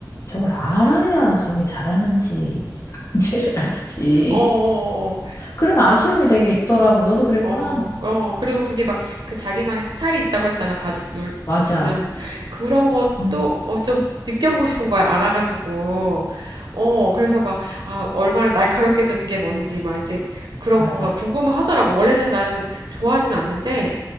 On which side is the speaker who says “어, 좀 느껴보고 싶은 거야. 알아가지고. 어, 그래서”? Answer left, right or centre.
Right